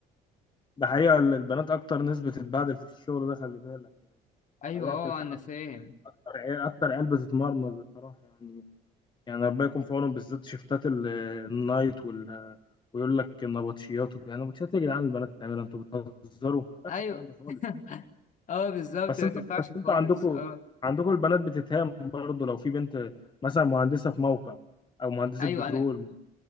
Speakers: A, on the left; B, on the left.
A: ده حقيقة البنات أكتر ناس بتتبهدل في الشغل ده خلي بالك يعني
B: ايوه
A: طبيعة
B: اه
A: الحال
B: انا فاهم
A: أكتر عيال أكتر عيال بتتمرمط بصراحة يعني يعني ربنا يكون في عونهم بالذات شيفتات ال- النايت وال ويقول لك النبطشيات وكده النبطشيات يا جدعان البنات بتعملها انتوا بتهزروا ما ينفعش
B: ايوه
A: الكلام ده خالص
B: <laughs> اه بالظبط
A: بس
B: ما
A: انتوا
B: تنفعش
A: بس
B: خالص
A: انتوا عندكم
B: اه
A: عندكم البنات بتتهام برضه لو في بنت مثلا مهندسه في موقع او مهندسه
B: ايوه
A: بترول
B: انا